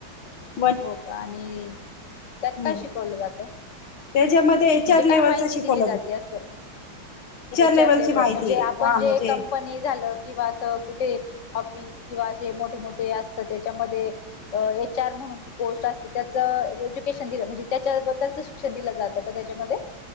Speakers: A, on the left (about 80°); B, on the left (about 45°).
A: <inaudible>
B: हो का. आणि त्यात
A: हम्म
B: काय शिकवलं जातं?
A: त्याच्यामध्ये एच
B: <inaudible> म्हणजे
A: आर
B: काय
A: लेव्हलच
B: माहिती
A: शिकवलं
B: दिली जाते असं? एच
A: लेव्हलची
B: आर लेबल.
A: माहिती
B: म्हणजे
A: आहे
B: आपण
A: हा
B: जे
A: म्हणजे
B: कंपनी झालं किंवा असं कुठे ऑफि किंवा असं मोठे मोठे असतं, त्याच्यामध्ये अं एच आर म्हणून पोस्ट असते. त्याच एज्युकेशन दिलं, म्हणजे त्याच्याबद्दलच शिक्षण दिलं जातं का त्याच्यामध्ये?